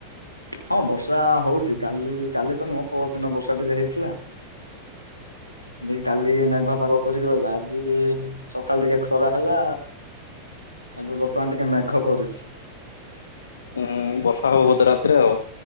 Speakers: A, on the left; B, on the left.
A: ହଁ ବର୍ଷା ହଉଚି। କାଲି କାଲି ତ ନୁହଁ ପଅରଦିନ ବର୍ଷା ଟିକେ ହେଇଥିଲା ଦେଇ କି କାଲି ମେଘୁଆ ପାଗ କରିକି ରହିଲା ଆଜି ସଖାଳ ଟିକେ ଖରା ହେଲା ଏବେ ବର୍ତ୍ତମାନ ଟିକେ ମେଘ କରିୁଛି।
B: ଉଁ ବର୍ଷା ହବ ବୋଧ ରାତିରେ ଆଉ।